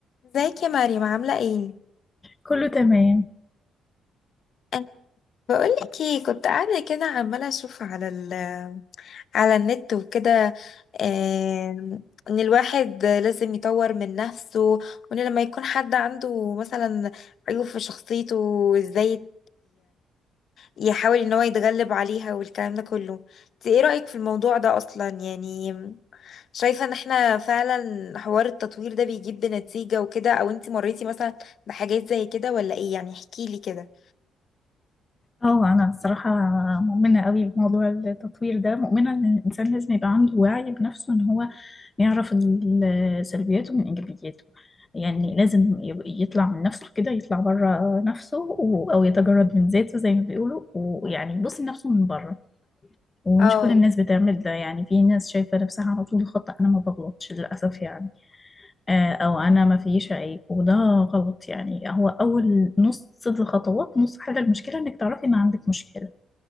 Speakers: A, on the left; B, on the left.
A: ازيك يا مريم عاملة ايه؟
B: كله تمام
A: أنا بقولك ايه كنت قاعدة كده عمالة اشوف على ال على النت وكده آم، ان الواحد لازم يطور من نفسه وان لما يكون حد عنده مثلا عيوب في شخصيته ازاي يحاول ان هو يتغلب عليها والكلام ده كله انت ايه رأيك في الموضوع ده اصلا يعني شايفة ان احنا فعلا حوار التطوير ده بيجيب بنتيجة وكده او انت مريتي مثلا بحاجات زي كده ولا ايه يعني احكي لي كده
B: اه انا الصراحه مؤمنه قوي بموضوع التطوير ده مؤمنه ان الانسان لازم يبقى عنده وعي بنفسه ان هو يعرف ال- سلبياته من ايجابياته يعني لازم يب- يطلع من نفسه كده يطلع بره نفسه و- او يتجرد من ذاته زي ما بيقولوا ويعني يبص لنفسه من بره ومش
A: اه
B: كل الناس بتعمل ده يعني في ناس شايفه نفسها على طول خطأ انا ما بغلطش للاسف يعني آه، او انا ما فيش عيب وده غلط يعني هو اول نص الخطوات نص حل المشكله انك تعرفي ان عندك مشكله